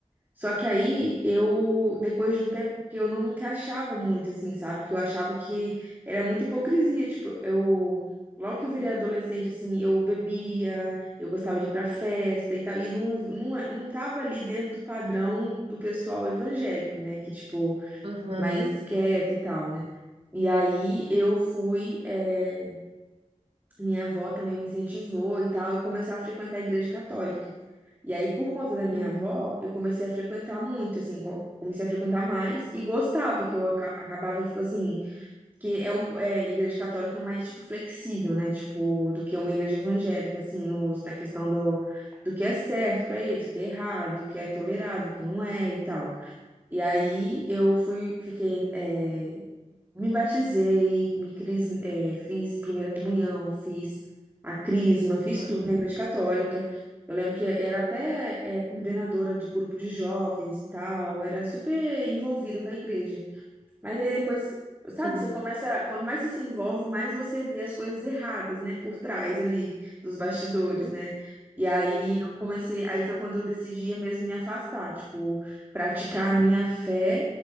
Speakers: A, on the right; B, on the right.
A: Só que aí,
B: Uhum.
A: eu, depois de um tempo que eu não me encaixava muito, assim, sabe? Que eu achava que era muita hipocrisia, tipo, eu... Logo que eu virei adolescente, assim, eu bebia, eu gostava de ir pra festa e tal, e não, não, é- não tava ali dentro do padrão do pessoal evangélico, né? Que, tipo,
B: Aham.
A: mais quieta e tal, né? E aí eu fui, eh, minha avó também me incentivou e tal, eu comecei a frequentar a igreja católica. E aí, por conta da minha
B: Uhum.
A: avó, eu comecei a frequentar muito, assim, co- comecei a frequentar mais e gostava que eu aca- acabava, tipo assim, que é um, é, igreja católica é mais, tipo, flexível, né, tipo, do que uma igreja evangélica, assim, no, na questão do, do que é certo pra eles, o que é errado, o que é tolerável, o que não é e tal. E aí, eu fui, fiquei, eh, me batizei, me cris, eh, fiz primeira comunhão, fiz a crisma, fiz
B: Aham.
A: tudo na igreja católica. Eu lembro que era até eh, coordenadora de grupo de jovens e tal, era super envolvida com a igreja. Mas aí depois,
B: Sim.
A: sabe, você começa, quanto mais você se envolve, mais você vê as coisas erradas, né, por trás ali dos bastidores,
B: Uhum.
A: né? E aí
B: Sim.
A: eu comecei, aí foi quando eu decidi mesmo me afastar, tipo, praticar a minha fé,